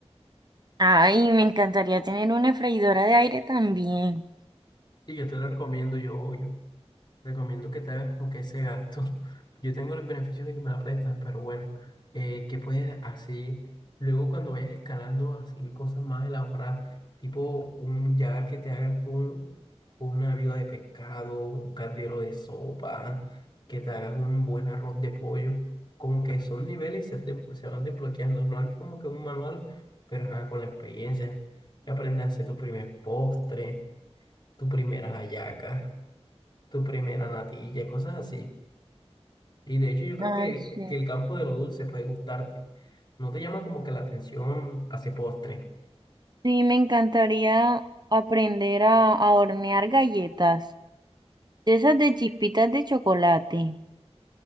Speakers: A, on the right (about 40°); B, on the left (about 45°).
A: Ay, me encantaría tener una freidora de aire también.
B: Y yo te lo recomiendo, yo, yo. Recomiendo que te hagas como que ese gasto. <laughs> Yo tengo los beneficios de que me la prestan, pero bueno, eh, que puedes así, luego cuando vayas escalando, así cosas más elaboradas, tipo un, ya que te hagas tú una viuda de pescado, un caldero de sopa, que te hagas un buen arroz de pollo, como que son niveles y se, te- se van desbloqueando. No hay como que un manual, pero ajá, con la experiencia, que aprendas a hacer tu primer postre, tu primera hallaca tu primera natilla, cosas así. Y de hecho yo creo
A: Ay,
B: que,
A: sí.
B: que el campo de lo dulce puede gustarte. ¿No te llama como que la atención hace postre?
A: Sí, me encantaría aprender a, a hornear galletas, de esas de chispitas de chocolate.